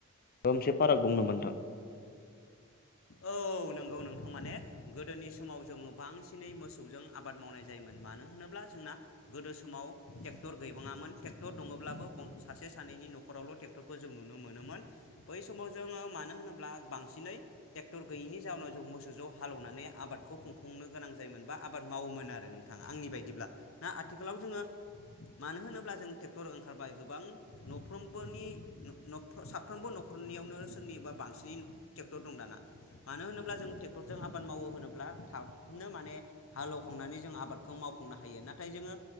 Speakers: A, on the left; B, on the left.
A: मोनसे फाराग दं नामा नोंथां
B: औ नंगौ नोंथां माने गोदोनि समाव जोङो बांसिनै मोसौजों आबाद मावनाय जायोमोन मानो होनोब्ला जोंना गोदो समाव ट्रेक्टर गैबाङामोन ट्रेक्टर दङब्लाबो गं सासे सानैनि न'रावल' टेक खौ जों नुनो मोनोमोन बै समाव जोङो मानो होनोब्ला बांसिन ट्रेकटर गैयनि जावुनाव। जों मोसौजों हालेवनानै आबादखौ खौ खुंनो गोनां जायोमोन बा आबाद मावोमोन। मोन आरो नोंथाङा आंनि बायदिब्ला ना आथिखालाव जोङो मानो होनोब्ला जों ट्रेक्टर ओंखारबाय गोबां गोबां नफ्रोमबोनि न साफ्रोमबो न'खरनियावनो सोरनि बा बांसिन ट दं दाना मानो होनोब्ला जों ट्रेक्टरजों आबाद मावो होनोब्ला थाबनो माने हालौखांनानै जों आबादखौ मावफुंनो हायो ना? नाथाय जोङो